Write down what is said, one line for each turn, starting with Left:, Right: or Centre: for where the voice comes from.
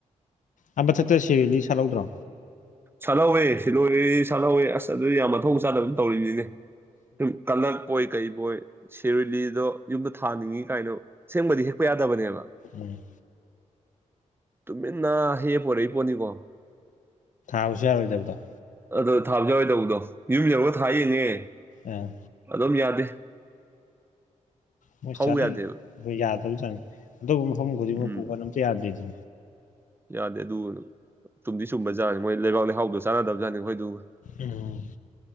Left: ꯑꯥ ꯃꯊꯛꯇ ꯁꯤ ꯔꯣꯢ ꯂꯤꯂꯤ ꯁꯥꯠꯍꯧꯗ꯭ꯔꯣ
Right: ꯁꯥꯠꯍꯧꯋꯦ ꯁꯤꯜꯂꯣꯏ ꯂꯤꯂꯤ ꯁꯥꯠꯍꯧꯋꯦ ꯑꯁ ꯑꯗꯨꯗꯤ ꯌꯥꯝ ꯃꯊꯣꯡ ꯆꯥꯗꯕ ꯇꯧꯔꯤꯅꯤꯅꯦ ꯎꯝ ꯇꯥꯂꯛ ꯄꯣꯏ ꯀꯩ ꯕꯣꯏ ꯁꯤꯔꯣꯢ ꯂꯤꯂꯤꯗꯣ ꯌꯨꯝꯗ ꯊꯥꯅꯤꯡꯉꯤ ꯀꯥꯏꯅ ꯁꯦꯡꯕꯗꯤ ꯍꯦꯛꯄ ꯌꯥꯗꯕꯅꯦꯕ
Left: ꯎꯝ
Right: ꯇꯨꯃꯤꯟ ꯅꯥ ꯍꯦꯛ ꯑꯒ ꯄꯣꯔꯛ ꯏꯄꯣꯠꯅꯤꯀꯣ
Left: <unintelligible> ꯌꯥꯔꯣꯢꯗꯕꯗ
Right: ꯑꯗꯣ ꯊꯥꯕꯁꯨ ꯌꯥꯔꯣꯏꯗꯧꯗꯣ ꯌꯨꯝ ꯌꯧꯔꯒ ꯊꯥ ꯌꯦꯡꯉꯦ
Left: ꯑꯥ
Right: ꯑꯗꯨꯝ ꯌꯥꯗꯦ
Left: ꯃꯣꯏ
Right: ꯍꯧ
Left: ꯆꯥꯅꯟꯗꯣ
Right: ꯌꯥꯗꯦꯕ
Left: ꯌꯥꯗꯕ ꯖꯥꯠꯅꯦ ꯑꯇꯣꯞꯄ ꯃꯐꯝ ꯈꯨꯗꯤꯡꯃꯛ
Right: ꯎꯝ
Left: ꯄꯨꯕ ꯀꯥꯟꯗ ꯑꯝꯇ ꯌꯥꯗ꯭ꯔꯤꯁꯦ
Right: ꯌꯥꯗꯦ ꯑꯗꯨ ꯆꯨꯝꯗꯤ ꯁꯨꯝꯕꯖꯥꯠꯅꯤ ꯃꯣꯏ ꯂꯩꯕꯥꯛ ꯂꯩꯍꯥꯎꯗꯣ ꯆꯥꯟꯅꯗꯕꯖꯥꯠꯅꯤ ꯑꯩꯈꯣꯏꯗꯨꯒ
Left: ꯎꯝ